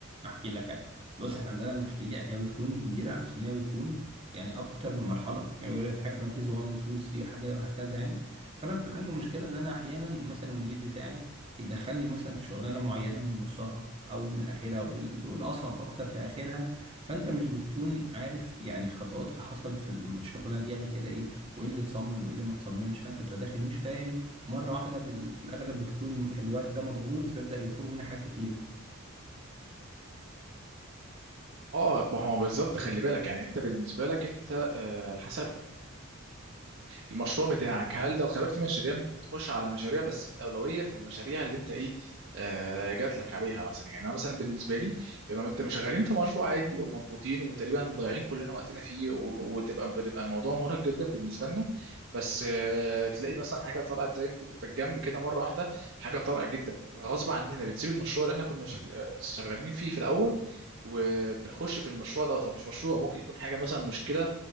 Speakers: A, on the right; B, on the right.
A: احكي لك أي. بص احنا عندنا مشاريع هي بتكون كبيره عشان هي بتكون يعني اكتر من مرحله يعني بيقول لك في حاجه اسمها فيز 1 و 2 و 3 وحاجه وهكذا يعني فانا بيبقى عندي مشكله ان انا احيانا مثلا المدير بتاعي يدخلني مثلا في شغلانه معينه من نصها او من اخرها او بال- والاصعب اكتر في اخرها فانت مش بتكون عارف يعني الخطوات اللي حصلت في الشغله دي قبل كده ايه وايه اللي اتصمم وايه اللي ما اتصممش فانت بتبقى داخل مش فاهم مره واحده بال- في الاغلب بتكون الوقت ده مضغوط فيبدا يطلبوا منك حاجات كتيره
B: اه ما هو بالظبط خلي بالك يعني انت بالنسبه لك انت آه، على حسب المشروع بتاعك هل ده خلي بالك في مشاريع ممكن تخش على مشاريع بس الاولويه بالمشاريع اللي انت ايه آه، جات لك عليها مثلا يعني انا مثلا بالنسبه لي بما انت شغالين في مشروع عادي ومضغوطين وتقريبا مضيعين كلنا وقتنا فيه و- وتبقى بتبقى الموضوع مرهق جدا بالنسبه لنا بس آه، تلاقي مثلا حاجه طلعت زي ما تقول في الجنب كده مره واحده حاجه طارئه جدا غصب عننا بنسيب المشروع اللي احنا كنا شك- آه، شغالين فيه في الاول وبنخش في المشروع ده طب مش مشروع ممكن يكون حاجه مثلا مشكله